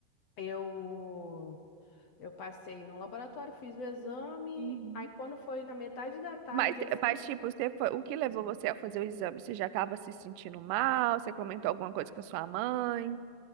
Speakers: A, on the left (about 60°); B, on the right (about 75°).
A: eu eu passei no laboratório, fiz o exame.
B: Uhum.
A: Aí quando foi na metade da tarde,
B: Mas,
A: assim,
B: mas, tipo, você foi... o que levou você a fazer o exame? Você já estava se sentindo mal? Você comentou alguma coisa com a sua mãe?